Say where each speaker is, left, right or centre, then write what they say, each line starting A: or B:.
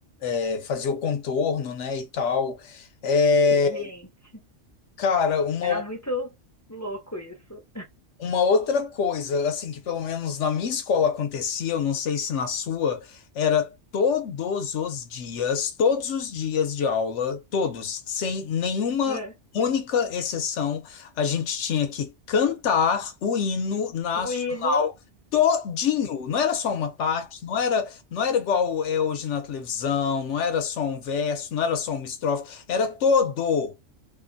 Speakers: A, on the left (about 75°); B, on the left (about 25°).
A: é, fazia o contorno, né? E tal. É,
B: gente,
A: cara, uma.
B: era muito louco isso.
A: Uma outra coisa, assim, que pelo menos na minha escola acontecia, eu não sei se na sua, era todos os dias, todos os dias de aula, todos, sem nenhuma
B: É.
A: única exceção, a gente tinha que cantar o hino nacional
B: O hino,
A: todinho. Não era só uma parte, não era, não era igual é hoje na televisão, não era só um verso, não era só uma estrofe, era todo.